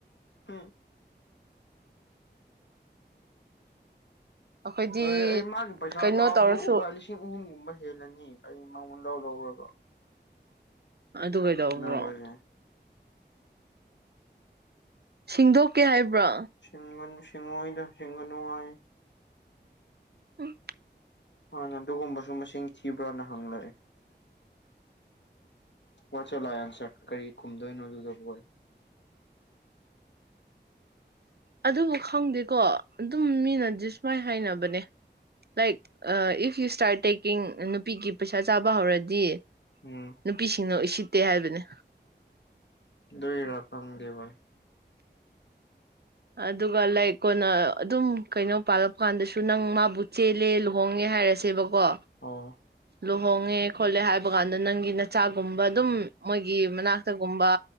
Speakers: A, on the left; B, on the right.
A: ꯎꯝ
B: ꯑꯩꯈꯣꯏꯗꯤ
A: ꯂꯣꯏꯔꯦ ꯑꯩ ꯃꯥꯒꯤ ꯄꯩꯁꯥ
B: ꯀꯩꯅꯣ
A: ꯆꯥꯕꯗꯨ
B: ꯇꯧꯔꯁꯨ
A: ꯎꯨ ꯚꯥꯏ ꯂꯤꯁꯤꯡ ꯑꯍꯨꯝꯒꯨꯝꯕ ꯍꯦꯜꯂꯅꯤ ꯑꯩ ꯃꯉꯣꯟ ꯂꯧ ꯂꯧꯔꯒ
B: ꯑꯗꯨ ꯀꯩꯗꯧꯕ꯭ꯔꯣ
A: ꯁꯤꯟꯅꯕꯁꯦ
B: ꯁꯤꯡꯗꯣꯛꯀꯦ ꯍꯥꯏꯕ꯭ꯔꯣ
A: ꯁꯤꯡꯉꯥꯅꯨ ꯁꯤꯡꯉꯣꯏꯗ ꯁꯤꯡꯒꯥꯅꯨ ꯍꯥꯏ
B: ꯎꯝ
A: ꯍꯥꯟꯅ ꯑꯗꯨꯒꯨꯝꯕꯁꯨ ꯃꯥꯁꯤꯡ ꯊꯤꯕ꯭ꯔꯥꯅ ꯍꯪꯂꯛꯑꯦ ꯋꯥꯠꯁ ꯂꯥꯏꯑꯟꯁꯔ ꯀꯩ ꯈꯨꯝꯗꯣꯏꯅꯣ ꯑꯗꯨꯗꯕꯨ ꯑꯩ
B: ꯑꯗꯨꯕꯨ ꯈꯪꯗꯦꯀꯣ ꯑꯗꯨꯝ ꯃꯤꯅꯗꯤ ꯁꯨꯃꯥꯏ ꯍꯥꯏꯅꯕꯅꯦ ꯂꯥꯏꯛ ꯑꯥ ꯏꯐ ꯌꯨ ꯏꯁꯇꯥꯔꯠ ꯇꯦꯛꯀꯤꯡ ꯅꯨꯄꯤꯒꯤ ꯄꯩꯁꯥ ꯆꯥꯕ ꯍꯧꯔꯗꯤ
A: ꯎꯝ
B: ꯅꯨꯄꯤꯁꯤꯡꯅ ꯎꯁꯤꯠꯇꯦ ꯍꯥꯏꯕꯅꯦ
A: ꯗꯨꯏꯔ ꯈꯪꯗꯦ ꯚꯥꯏ
B: ꯑꯗꯨꯒ ꯂꯥꯏꯛ ꯀꯣꯟꯅ ꯑꯗꯨꯝ ꯀꯩꯅꯣ ꯄꯥꯜꯂꯛꯄ ꯀꯥꯟꯗꯁꯨ ꯇꯨ ꯅꯪ ꯃꯥꯕꯨ ꯆꯦꯜꯂꯦ ꯂꯨꯍꯣꯡꯉꯦ ꯍꯥꯏꯔꯁꯦꯕꯀꯣ
A: ꯑꯣ
B: ꯂꯨꯍꯣꯡꯉꯦ ꯈꯣꯠꯂꯦ ꯍꯥꯏꯕ ꯀꯥꯟꯗ ꯅꯪꯒꯤ ꯅꯆꯥꯒꯨꯝꯕ ꯑꯗꯨꯝ ꯃꯣꯏꯒꯤ ꯃꯅꯥꯛꯇꯒꯨꯝꯕ